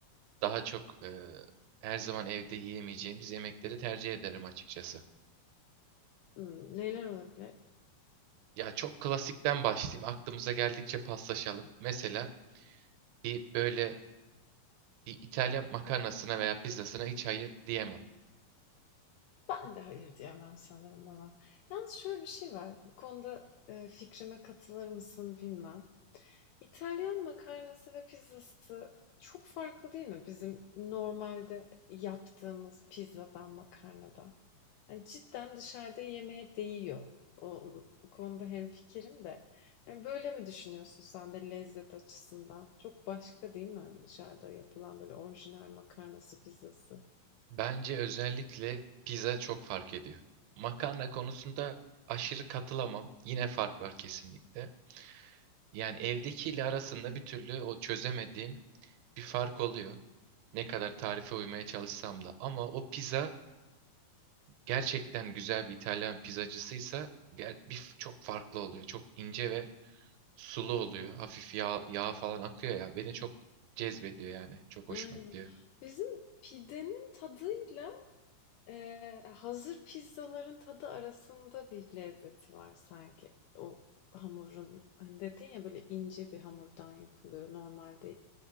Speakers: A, on the right (about 80°); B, on the left (about 80°).
A: daha çok e, her zaman evde yiyemeyeceğimiz yemekleri tercih ederim açıkçası.
B: Hmm, neler olabilir?
A: Ya çok klasikten başlayayım. Aklımıza geldikçe paslaşalım. Mesela bir böyle bir İtalyan makarnasına veya pizzasına hiç hayır diyemem.
B: Ben de hayır diyemem sanırım ama. Yalnız şöyle bir şey var. Bu konuda e, fikrime katılır mısın bilmem. İtalyan makarnası ve pizzası çok farklı değil mi bizim normalde yaptığımız pizzadan, makarnadan? Yani cidden dışarıda yemeğe değiyor. O konuda hemfikirim de. Yani böyle mi düşünüyorsun sen de lezzet açısından? Çok başka değil mi dışarıda yapılan böyle orijinal makarnası, pizzası?
A: Bence özellikle pizza çok fark ediyor. Makarna konusunda aşırı katılamam. Yine fark var kesinlikle. Yani evdekiyle arasında bir türlü o çözemediğim bir fark oluyor. Ne kadar tarife uymaya çalışsam da. Ama o pizza gerçekten güzel bir İtalyan pizzacısıysa ger- bir, çok farklı oluyor. Çok ince ve sulu oluyor. Hafif yağ, yağ falan akıyor ya. Beni çok cezbediyor yani. Çok hoşuma
B: Aynen.
A: gidiyor.
B: Bizim pidenin tadıyla Eee, hazır pizzaların tadı arasında bir lezzeti var sanki. O hamurun, hani dedin ya böyle ince bir hamurdan yapılıyor. Normalde